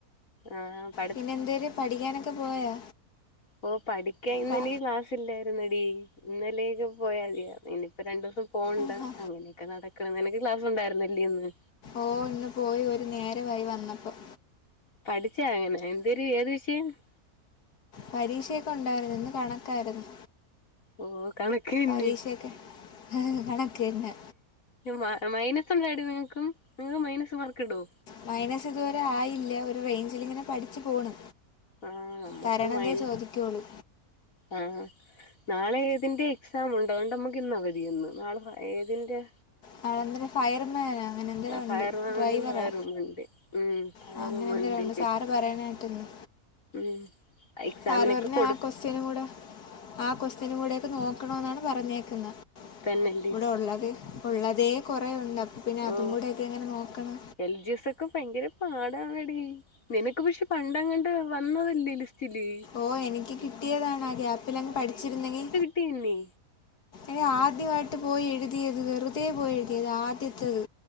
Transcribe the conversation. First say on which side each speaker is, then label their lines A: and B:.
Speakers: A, on the left; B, on the left.
A: ആഹ് പഠി
B: പിന്നെന്തെര് പഠിക്കാനൊക്കെ പോയാ?
A: ഓഹ് പഠിക്കാൻ ഇന്നെനിക്ക്
B: ക്ലാ
A: ക്ലാസ്സിലായിരുന്നെടീ ഇന്നലേക്ക് പോയാ മതിയാ ഇനി പ്പൊ രണ്ടൂസം പോണ്ടാ
B: ആഹാ
A: അങ്ങനെയൊക്കെ നടക്ക്ണ് നിനക്ക് ക്ലാസ്സൊണ്ടായിരുന്നില്ലേ ഇന്ന്
B: ഓഹ് ഇന്ന് പോയി ഒരു നേരവായി വന്നപ്പം
A: പഠിച്ചാ അങ്ങനാ എന്തെരു ഏത് <unintelligible>
B: പരീക്ഷയൊക്കെ ഒണ്ടായിരുന്ന് ഇന്ന് കണക്കായിരുന്നു.
A: ഓഹ് കണക്ക് തന്നെ
B: പരീക്ഷയെക്കെ കണക്കെന്നെ
A: മ മൈനസ് ഇണ്ടോടി നിങ്ങക്കും നിങ്ങക്ക് മൈനസ് മാർക്ക് ഇടോ?
B: മൈനസിതുവരെ ആയില്ലാ ഒരു റേഞ്ചിലിങ്ങനെ പഠിച്ചു പോണ്.
A: ആഹ് നമ്മുക്ക്
B: തരണതേ
A: മൈന
B: ചോദിക്കോള്ളൂ
A: ആഹ് ആഹ് നാളെ ഏതിന്റെ എക്സാമുണ്ടോ അതോണ്ട് നമ്മക്ക് ഇന്ന് അവധിയിന്ന് നാളെ പ ഏതിൻ്റെയാ?
B: നാളെന്തെരാ ഫയർമാനാ? അങ്ങനന്തെരോ
A: ആ ഫയർമാനും
B: ഒണ്ട് ഡ്രൈവറാ
A: ഫയർവുമൻണ്ട് ഉം ഫയർവുമൻണ്ട്
B: ആഹ് അങ്ങനെന്തെരോ ഒണ്ട് സാറ്
A: എക്സാം
B: പറയണ കേട്ട്ന്ന്
A: ഉം എക്സാമിനൊക്കെ
B: സാറ് പറഞ്ഞ്
A: കൊടുക്ക
B: ആഹ് ക്വസ്റ്റ്യനും കൂടെ ആ ക്വസ്റ്റ്യനും കൂടേയെക്കെ നോക്കണോന്നാണ് പറഞ്ഞേക്ക്ന്നെ.
A: തന്നെല്ലേ
B: ഇവടെ ഒള്ളത് ഒള്ളതേ കൊറെയൊണ്ട് അപ്പ പിന്നെ അതും
A: ഓ
B: കൂടെയൊക്കെ എങ്ങനെ നോക്ക്ണ്
A: എൽ ജി എസൊക്കെ ഭയങ്കര പാടാണെടീ നിനക്ക് പക്ഷെ പണ്ടെങ്ങാണ്ട് വന്നതല്ലേ ലിസ്റ്റില്
B: ഓഹ് എനിക്ക് കിട്ടിയതാണ് ആ ഗ്യാപ്പിലങ്ങ് പഠിച്ചിരുന്നെങ്കി
A: പിന്നെ
B: ഏഹ് ആദ്യവായിട്ട് പോയി എഴുതിയത് വെറുതെ പോയി എഴുതിയത് ആദ്യത്തേത്